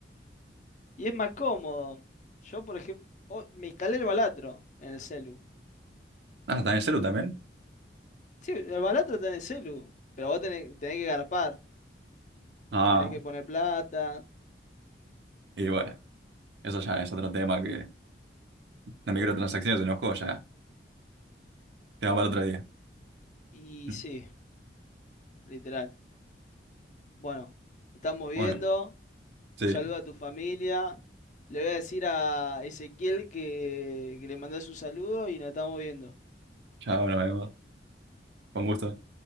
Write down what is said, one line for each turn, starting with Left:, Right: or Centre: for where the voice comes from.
Left: Y es más cómodo. Yo, por ejemplo, me instalé el Balatro en el celu.
Right: Ah, ¿también celu también?
Left: Sí, el Balatro está en el celu. Pero vos tenés, tenés que garpar.
Right: Ah,
Left: Tenés que poner plata.
Right: y bueno, eso ya es otro tema que las microtransacciones en los juegos ya, tema para otro día.
Left: Y
Right: <laughs>
Left: sí, literal. Bueno, nos estamos viendo.
Right: Bueno, sí,
Left: Un saludo a tu familia. Le voy a decir a Ezequiel que, que le mandas un saludo y nos estamos viendo.
Right: ya nos vemos. Con gusto.